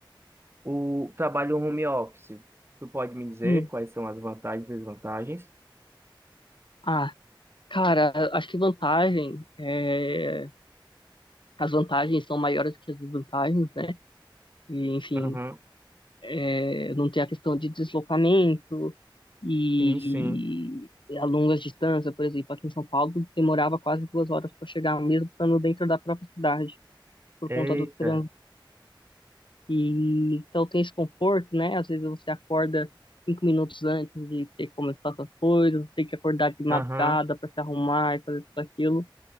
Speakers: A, on the right (about 30°); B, on the left (about 70°).
A: O trabalho home office, tu pode me dizer
B: Hum.
A: quais são as vantagens e desvantagens?
B: Ah, cara, acho que vantagem é, as vantagens são maiores que as desvantagens, né? E, enfim,
A: Uhum.
B: é, não tem a questão de deslocamento e
A: Sim, sim.
B: a longas distâncias, por exemplo, aqui em São Paulo demorava quase duas horas para chegar, mesmo estando dentro da própria cidade, por
A: Eita.
B: conta do trânsito. E então tem esse conforto, né? Às vezes você acorda cinco minutos antes de ter que começar suas coisas, tem que acordar de madrugada
A: Aham.
B: para se arrumar e fazer tudo aquilo.